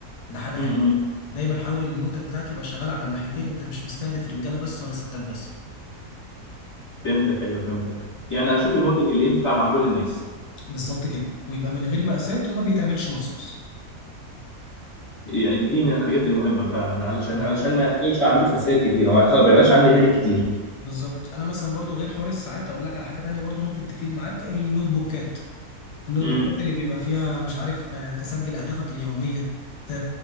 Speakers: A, on the left (about 80°); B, on the left (about 30°).
A: ده حاجه
B: م-م.
A: حلوه دايما حاول ان المنتج بتاعك يبقى شغال على الناحيتين انت مش مستهدف رجاله بس ولا ستات بس
B: فهمتك ايوه فهمتك يعني اشوف المنتج اللي ينفع مع كل الناس
A: فبالظبط كده ويبقى من غير مقاسات وما بيتعملش مخصوص
B: يعني دي من الحاجات المهمه فعلا علشان
A: اه
B: علشان ما يحصلش عندي خسائر كتير او ما يحصل- ما يبقاش عندي هالك كتير
A: بالظبط انا مثلا برضو غير حوار الساعات اقول لك على حاجه تانية برضو ممكن تفيد معاك النوت بوكات النوت
B: م-م.
A: بوكات اللي بيبقى فيها مش عارف آه، تسجل اهدافك اليوميه ت-